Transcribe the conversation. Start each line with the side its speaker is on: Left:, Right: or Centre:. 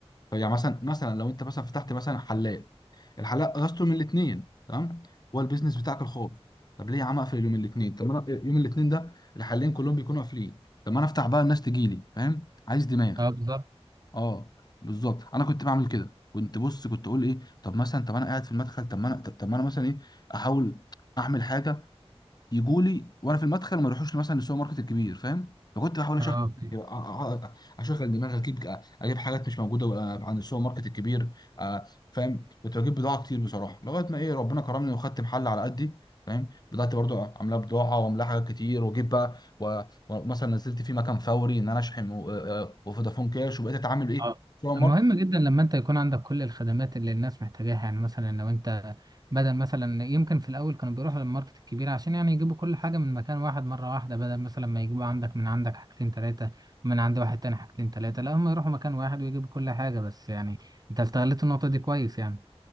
Left: يعني مثلا مثلا لو انت مثلا فتحت مثلا حلاق الحلاق اجازته من الاثنين تمام هو البيزنس بتاعك الخاص طب ليه يا عم اقفل يوم الاثنين طب ما انا يوم الاثنين ده الحلاقين كلهم بيكونوا قافلين طب ما انا افتح بقى الناس تجي لي فاهم عايز دماغ
Right: اه بالظبط
Left: اه بالظبط انا كنت بعمل كده كنت بص كنت اقول ايه طب مثلا طب انا قاعد في المدخل طب ما انا طب طب ما انا مثلا ايه احاول اعمل حاجه يجوا لي وانا في المدخل ما يروحوش مثلا للسوبر ماركت الكبير فاهم فكنت بحاول اشغل
Right: اه
Left: أ- أ- اشغل دماغي اجيب اجيب حاجات مش موجوده آه، عند السوبر ماركت الكبير آه، فاهم كنت بجيب بضاعه كتير بصراحه لغايه ما ايه ربنا كرمني وخدت محل على قدي فاهم بدات برضو عاملاه بضاعه وعاملاه حاجات كتير واجيب بقى و- ومثلا نزلت في مكان فوري ان انا اشحن و- آه، آه، وفودافون كاش وبقيت اتعامل ايه
Right: اه
Left: سوبر
Right: مهم جدا لما انت يكون عندك كل الخدمات اللي الناس محتاجاها يعني مثلا لو انت بدل مثلا يمكن في الاول كانوا بيروحوا للماركت الكبير عشان يعني يجيبوا كل حاجه من مكان واحد مره واحده بدل مثلا ما يجيبوا عندك من عندك حاجتين ثلاثه من عند واحد تاني حاجتين ثلاثه لا هم يروحوا مكان واحد ويجيبوا كل حاجه بس يعني انت استغلت النقطه دي كويس يعني